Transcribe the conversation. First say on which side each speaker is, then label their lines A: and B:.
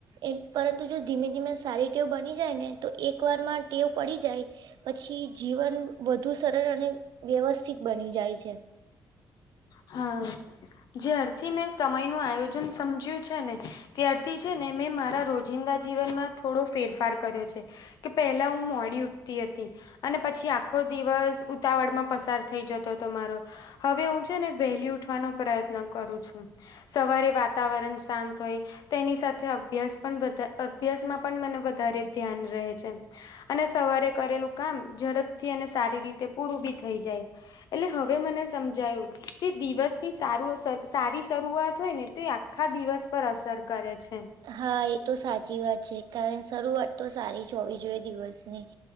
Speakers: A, on the right (about 70°); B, on the left (about 65°).
A: એ પરંતુ જો ધીમે ધીમે સારી ટેવ બની જાય ને તો એકવારમાં ટેવ પડી જાય. પછી જીવન વધુ સરળ અને વ્યવસ્થિત બની જાય છે
B: હા જ્યારથી મેં સમય નું આયોજન સમજ્યું છે ને. ત્યારથી છે ને મેં મારા રોજિંદા જીવનમાં થોડો ફેરફાર કર્યો છે. કે પહેલા હું મોડી ઉઠતી હતી. અને પછી આખો દિવસ ઉતાવળમાં પસાર થઈ જતો હતો મારો હવે હું. વહેલી ઉઠવાનો પ્રયત્ન કરું છું. સવારે વાતાવરણ શાંત હોય. તેની સાથે, અભ્યાસ પણ અભ્યાસમાં પણ મને વધારે ધ્યાન રહે છે. અને સવારે કરેલું કામ, ઝડપથી અને સારી રીતે પૂરું બી થઈ જાય. એટલે હવે મને સમજાયું. કે દિવસ ની સારું સારી શરૂઆત હોય ને, તો એ આખા દિવસ પર અસર કરે છે.
A: હા! એ તો સાચી વાત છે. કારણ શરૂઆત તો સારી જ હોવી જોએ દિવસની.